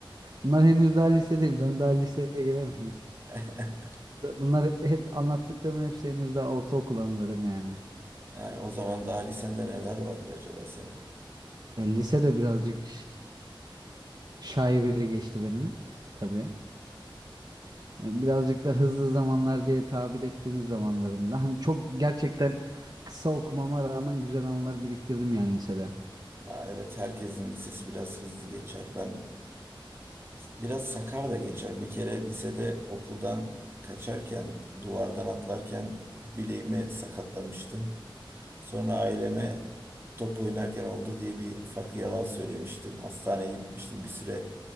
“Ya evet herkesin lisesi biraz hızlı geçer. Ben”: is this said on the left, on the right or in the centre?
Right